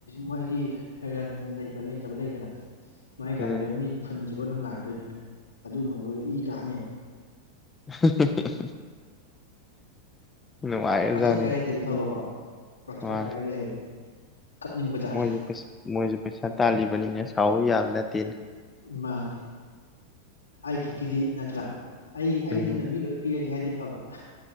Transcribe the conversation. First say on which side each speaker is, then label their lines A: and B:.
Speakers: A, on the left; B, on the left.
A: ꯃꯣꯏꯒꯤ ꯔꯟ ꯂꯩꯕ ꯂꯩꯇꯕ ꯂꯩꯗꯅ ꯃꯥꯏ
B: ꯎꯝ
A: ꯒꯥꯔꯤꯗ ꯃꯤ ꯐꯣꯟ ꯁꯤꯕꯨ ꯑꯗꯨꯅꯨꯡꯉꯥꯏꯗꯣꯏꯅꯤ ꯑꯗꯨꯒꯨꯝꯕꯗꯨ ꯑꯣꯏ ꯏ ꯀꯥꯅꯦꯕ
B: <unintelligible> ꯅꯨꯡꯉꯥꯏꯕꯖꯥꯅꯤ
A: ꯑꯊꯨ ꯑꯀꯥꯏ ꯂꯩꯇꯗꯤ ꯐꯕꯀꯣ ꯂꯧꯊꯣꯛ
B: ꯃꯥ
A: ꯀꯥꯏꯒ ꯂꯩꯔꯗꯤ ꯀꯞꯅꯤꯡꯕꯖꯥꯠꯅꯦ
B: ꯃꯣꯏꯁꯨ ꯃꯣꯏꯁꯨ ꯄꯩꯁꯥ ꯇꯥꯜꯂꯤꯕꯅꯤꯅꯦ ꯁꯥꯎꯎ ꯌꯥꯕ ꯅꯠꯇꯦꯅꯦ
A: ꯃꯥꯅꯦ ꯑꯩ ꯈꯛꯀꯤꯗꯤ ꯅꯠꯇ꯭ꯔꯥ ꯑꯩ ꯑꯩꯗꯨꯅ
B: ꯎꯝ
A: ꯃꯤ ꯂꯣꯏ ꯄꯤꯔꯒꯦ ꯍꯥꯏꯗꯤ ꯑ ꯊꯕ